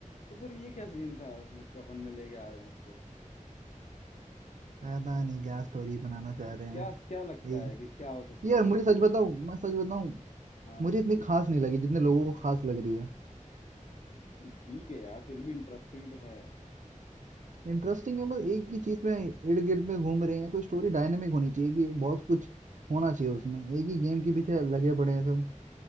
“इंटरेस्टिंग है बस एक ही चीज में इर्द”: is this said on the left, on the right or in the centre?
Right